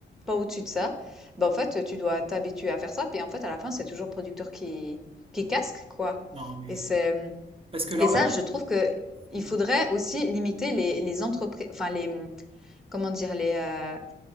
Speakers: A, in the centre; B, on the right.
A: pas au-dessus de ça, bah, en fait, tu dois t'habituer à faire ça. Puis, en fait, à la fin, c'est toujours le producteur qui, qui casque, quoi.
B: Non, mais...
A: Et c'est, mmh,
B: Parce que alors
A: et ça,
B: là,
A: je trouve que il
B: hmm.
A: faudrait aussi limiter les, les entreprises, enfin, les, comment dire, les, euh,